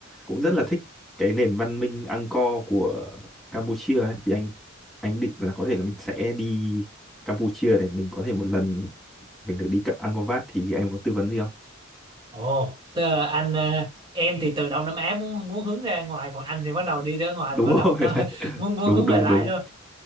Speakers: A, in the centre; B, on the right (about 25°).
A: cũng rất là thích cái nền văn minh Angkor của Campuchia ấy. thì anh anh định là có thể là mình sẽ đi Campuchia để mình có thể một lần mình được đi cả Angkor Wat thì em có tư vấn gì không
B: ồ tớ, anh ờ, em thì từ Đông Nam Á muốn muốn hướng ra ngoài còn anh thì bắt đầu đi ra ngoài
A: đúng
B: là bắt đầu
A: rồi
B: có
A: <laughs> đấy.
B: <laughs> muốn muốn
A: đúng
B: hướng
A: đúng
B: về lại
A: đúng
B: luôn